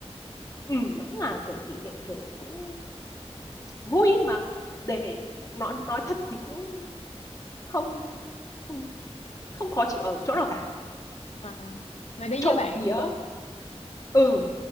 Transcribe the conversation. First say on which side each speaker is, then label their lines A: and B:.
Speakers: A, on the left; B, on the left.
A: ừ, nó cũng là kiểu kỷ niệm kiểu cũng vui ý, mà để nói nói thật thì cũng không không không khó chịu ở chỗ nào cả
B: À, à. Mà đi
A: trộm
B: với bạn
A: vía
B: đúng không?
A: ừ